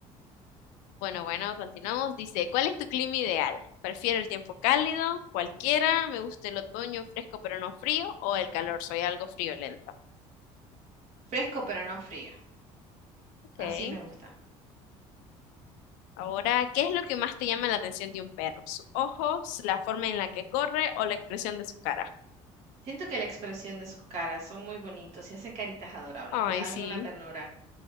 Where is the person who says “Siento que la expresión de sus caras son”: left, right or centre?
Right